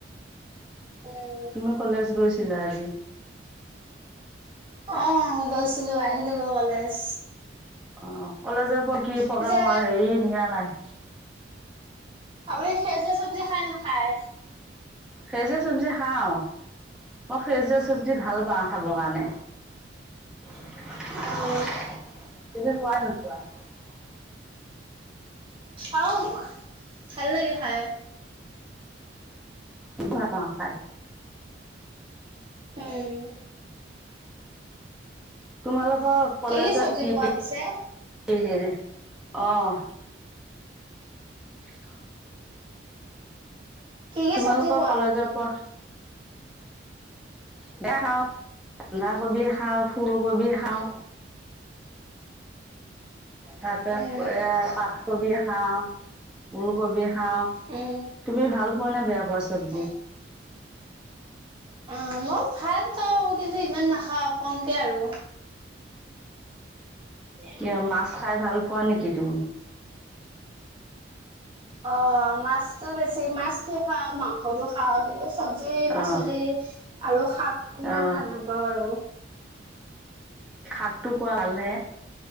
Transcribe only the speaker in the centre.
তুমি কলেজ গৈছিলা আজি?
অঁ কলেজৰ পৰা কি প্ৰগ্ৰাম
হয় হেৰি নিয়া নাই।
সেউজীয়া চব্জি খাওঁ। মই সেউজীয়া- চব্জি ভাল পাওঁ
খাবৰ কাৰণে। তুমি ভাল
পোৱা নে নোপোৱা?
ভাল লাগে অঁ খাই।
তোমালোকৰ- কলেজত
কি-
হেৰি অঁ। <inaudible>
তোমালোকৰ
কলেজৰ পৰা। দে খাওঁ বন্ধাকবি খাওঁ ফুলকবি খাওঁ তাৰপাপ
এয়া পাতকবি খাওঁ উল কবি খাওঁ খাওঁ
তুমি ভাল পোৱা নে বয়াপোৱা চবঝি
কিয় মাছ খাই ভাল পোৱা নেকি তুমি
অ
অ
শাক টো খোৱা ভাল হে